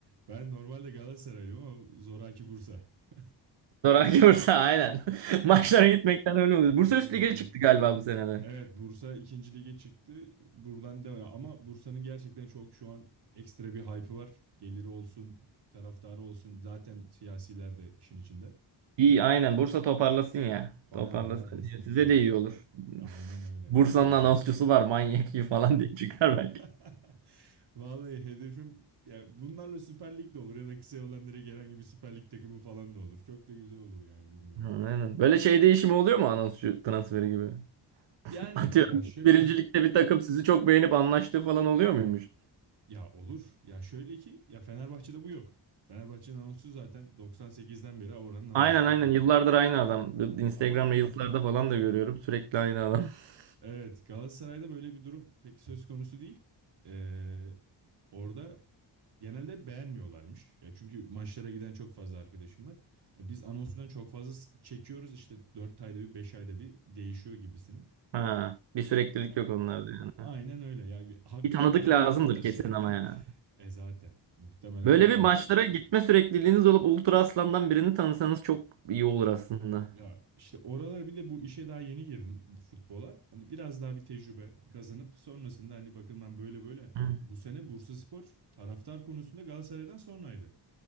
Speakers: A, on the right; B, on the right.
A: Ben normalde Galatasaraylıyım ama zoraki Bursa. <laughs>
B: Zoraki Bursa aynen. <laughs> Maçlara gitmekten öyle oluyor. Bursa
A: Evet,
B: Üst Lig'e
A: bir-
B: çıktı galiba bu senede.
A: evet Bursa ikinci lige çıktı. Buradan devam. Ama Bursa'nın gerçekten çok şu an ekstra bir hype'ı var. Geliri olsun, taraftarı olsun. Zaten siyasiler de işin içinde.
B: İyi aynen Bursa toparlasın ya.
A: Baya
B: Toparlasın.
A: baya destekliyorlar.
B: Ya Size de iyi olur. <laughs>
A: Aynen öyle ya.
B: Bursa'nın
A: Vallahi.
B: anonsçusu var manyak iyi falan diye çıkar belki.
A: <laughs> Vallahi hedefim ya bunlarla Süper Lig de olur ya da kısa yoldan direkt herhangi bir Süper Lig takımı falan da olur. Çok da güzel olur yani bilmiyorum.
B: Ha, Aynen. Böyle şey değişimi oluyor mu anonsçu transferi gibi? <laughs>
A: Yani
B: Atıyorum.
A: ya şöyle
B: Birincilikte bir takım sizi çok beğenip anlaştığı falan oluyor muymuş?
A: <laughs> ya olur. Ya şöyle ki ya Fenerbahçe'de bu yok. Fenerbahçe'nin anonsçusu zaten 98'den beri oranın anonsçusu
B: Aynen aynen
A: zaten.
B: yıllardır aynı adam. Instagram
A: Ama
B: Reels'larda falan da görüyorum. Sürekli aynı adam. <laughs>
A: evet Galatasaray'da böyle bir durum pek söz konusu değil. Ee, orada Genelde beğenmiyorlarmış. Ya çünkü maçlara giden çok fazla arkadaşım var. Ya biz anonsundan çok fazla s- çekiyoruz işte dört ayda bir 5 ayda bir değişiyor gibisine.
B: Ha, bir süreklilik
A: E,
B: yok onlarda yani.
A: Aynen öyle ya. Bir Hakkı
B: Bir tanıdık
A: abi gibi
B: lazımdır
A: değiller.
B: kesin
A: <laughs>
B: ama ya.
A: E zaten muhtemelen
B: Böyle
A: öyle
B: bir
A: olur.
B: maçlara gitme sürekliliğiniz olup Ultra Aslan'dan birini tanısanız çok iyi olur aslında.
A: Ya işte oralara bir de bu işe daha yeni girdim bu futbola. Hani biraz daha bir tecrübe kazanıp sonrasında hani bakın ben böyle böyle hani
B: Hı.
A: bu sene Bursaspor taraftar konusunda Galatasaray'dan sonraydı.